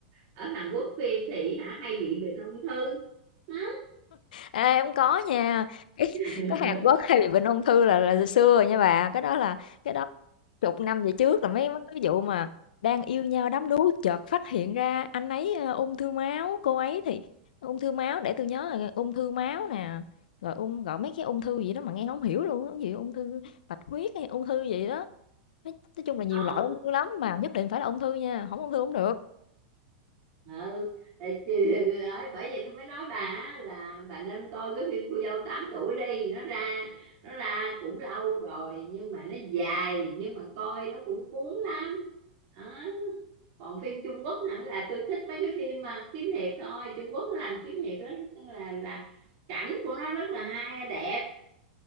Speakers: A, on the right; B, on the left.
A: ở Hàn Quốc phim thì hả hay bị bệnh ung thư đó
B: Ê, hông có nha, cái
A: <laughs>
B: cái Hàn Quốc hay bị bệnh ung thư là là từ xưa rồi nha bà, cái đó là cái đó chục năm về trước là mấy mấy cái vụ mà đang yêu nhau đắm đuối chợt phát hiện ra anh ấy, ơ, ung thư máu, cô ấy thì ung thư máu, để tôi nhớ rồi, ung thư máu nè, rồi ung gọi mấy cái ung thư gì đó mà nghe không hiểu luôn cái gì ung thư bạch huyết hay ung thư gì đó. Nói nói chung là nhiều
A: đó
B: loại ung thư lắm mà nhất định phải là ung thư nha, không ung thư hổng được.
A: ừ Tại chị- bởi vậy tôi mới nói bà là bà nên coi cái phim cô dâu 8 tuổi đi nó ra nó ra cũng lâu rồi nhưng mà nó dài nhưng mà coi nó cũng cuốn lắm đó. còn phim Trung Quốc hả là tôi thích mấy cái phim mà kiếm hiệp thôi Trung Quốc nó làm kiếm hiệp đó là là cảnh của nó rất là hay đẹp